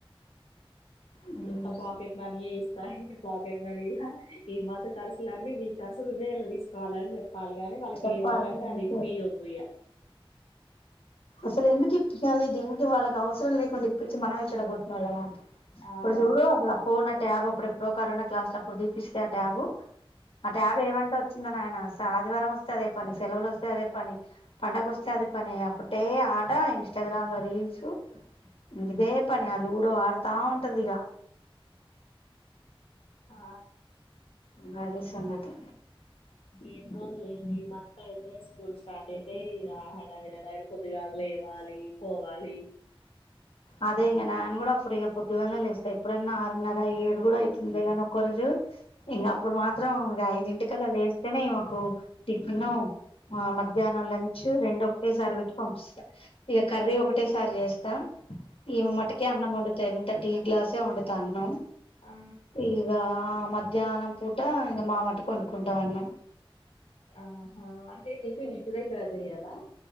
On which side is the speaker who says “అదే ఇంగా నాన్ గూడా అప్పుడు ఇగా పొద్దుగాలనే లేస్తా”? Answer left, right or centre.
Left